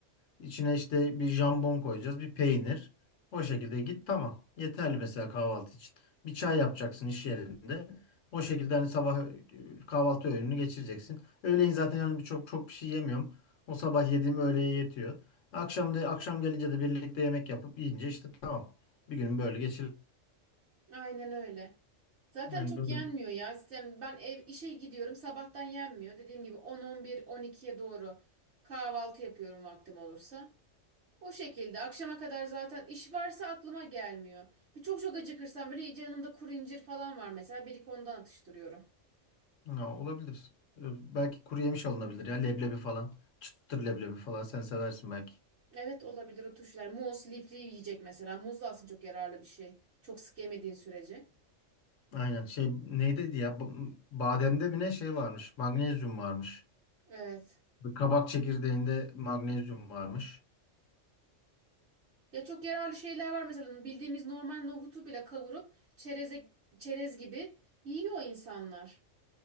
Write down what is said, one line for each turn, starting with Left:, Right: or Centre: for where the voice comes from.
Left: İçine işte bir jambon koyacağız, bir peynir. O şekilde git tamam. Yeterli mesela kahvaltı için. Bir çay yapacaksın iş yerinde. O şekilde hani sabah e, kahvaltı öğününü geçireceksin. Öğleyin zaten hani bir çok çok bir şey yemiyorum. O sabah yediğim öğleye yetiyor. Akşam da akşam gelince de birlikte yemek yapıp yiyince işte tamam. Bir günün böyle geçir.
Right: Aynen öyle. Zaten
Left: Yani
Right: çok
Left: böyle
Right: yenmiyor ya. Yani ben ev işe gidiyorum sabahtan yenmiyor. Dediğim gibi 10-11 12'ye doğru kahvaltı yapıyorum vaktim olursa. O şekilde akşama kadar zaten iş varsa aklıma gelmiyor. E, Çok çok acıkırsam böyle iyice yanımda kuru incir falan var mesela bir iki ondan atıştırıyorum.
Left: ya olabilir. Öyle- Belki kuru yemiş alınabilir ya leblebi falan. Çıtır leblebi falan sen seversin belki.
Right: Evet olabilir o turşular. Muz, lifli yiyecek mesela. Muz da aslında çok yararlı bir şey. Çok sık yemediğin sürece.
Left: Aynen şey neydi ya B- bademde mi ne şey varmış magnezyum varmış.
Right: Evet.
Left: Bir kabak çekirdeğinde magnezyum varmış.
Right: Ya çok yararlı şeyler var mesela bildiğimiz normal nohutu bile kavurup çereze, çerez gibi yiyor insanlar.